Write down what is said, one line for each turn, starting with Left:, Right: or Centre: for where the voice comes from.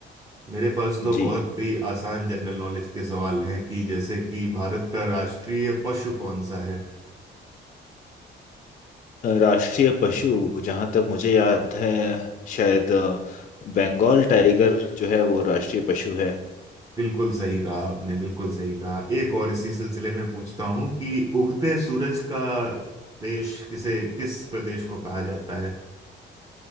Right: मेरे पास तो
Left: जी
Right: बहुत ही आसान जनरल नॉलेज के सवाल हैं कि जैसे कि भारत का राष्ट्रीय पशु कौन सा है
Left: अ, राष्ट्रीय पशु जहाँ तक मुझे याद है शायद अ, बंगाल टाइगर जो है वो राष्ट्रीय पशु है
Right: बिल्कुल सही कहा आपने बिल्कुल सही कहा एक और इसी सिलसिले में पूछता हूं कि उगते सूरज का देश किसे किस प्रदेश को कहा जाता है